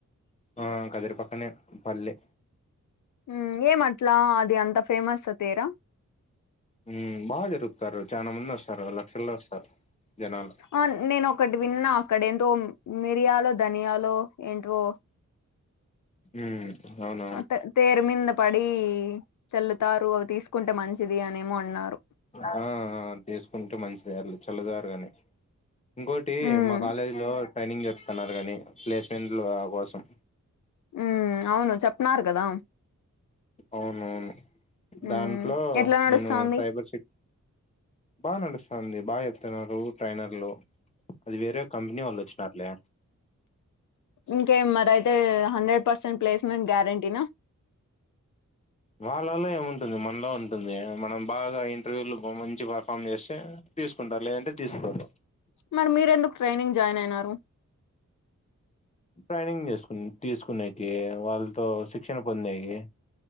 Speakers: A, on the left; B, on the left.
A: ఆ కదిరి పక్కనే పల్లె
B: ఉమ్ ఏమట్లా అది అంత ఫేమస్ అ తేరా
A: ఉమ్ బా జరుప్తారు చానా మంద్ ఒస్తారు లక్షల్లో ఒస్తారు జనాలు
B: అన్ నేనొకటి విన్నా అక్కడ ఏంతోం మిరియాలో ధనియాలో ఏంటివో
A: ఊమ్ అవును
B: అ తె తేరు మీంద పడి చల్లుతారు అవి తీసుకుంటే మంచిది అనేమో అన్నారు
A: ఆ ఆ అ తీసుకుంటే మంచిదె ఎర్లి చల్లదారుగనే ఇంకోటి
B: ఉమ్
A: మా కాలేజ్ లో ట్రైనింగ్ జరుపుతున్నారు కగనీ ప్లేస్మెంట్లు అ కోసం
B: ఊమ్ అవును చెప్పన్నారు గదా
A: అవునవును
B: ఉమ్
A: దాంట్లో
B: ఎట్లా నడుస్తాంది
A: నేను సైబర్ సెక్ బా నడుస్తంది బా ఎప్తున్నారు ట్రైనర్లు అది వేరే కంపెనీ వాళ్ ఒచ్చిన్నారులే
B: ఇంకే మరయితే హండ్రెడ్ పర్సెంట్ ప్లేస్మెంట్ గ్యారంటీనా
A: వాళ్ళలో ఏముంటుంది మనలో ఉంటుంద్య మనం బాగా ఇంటర్వ్యూలు బొ మంచి పర్ఫామ్ చేస్తే తీసుకుంటారు లేదంటే తీసుకోరు
B: మరి మీర్ ఎందుక్ ట్రైనింగ్ జాయిన్ అయినారు
A: ట్రైనింగ్ చేసుకు తీసుకునేకి వాళ్ళతో శిక్షణ పొందేకి